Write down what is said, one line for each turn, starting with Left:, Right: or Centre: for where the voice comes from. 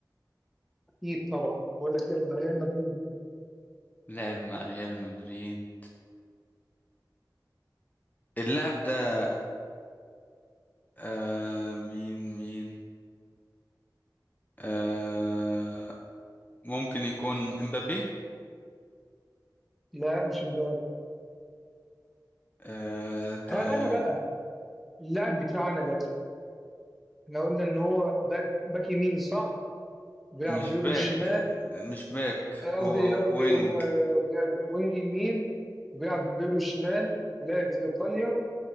Centre: اكيد طبعا بقول لك لعب مع ريال مدريد
Left: لعب مع ريال مدريد اللاعب ده آه مين مين آه... ممكن يكون امبابي
Centre: لا مش امبابي
Left: آه طيب
Centre: هل انا بقى اللاعب بتاعنا ده احنا قلنا ان هو باك باك يمين صح؟ بيلعب
Left: مش
Centre: برجله
Left: باك
Centre: الشمال
Left: مش باك
Centre: قصدي
Left: هو
Centre: قصدي
Left: وينج
Centre: م- بيلعب وينج يمين بيلعب بيرو الشمال ولعب في ايطاليا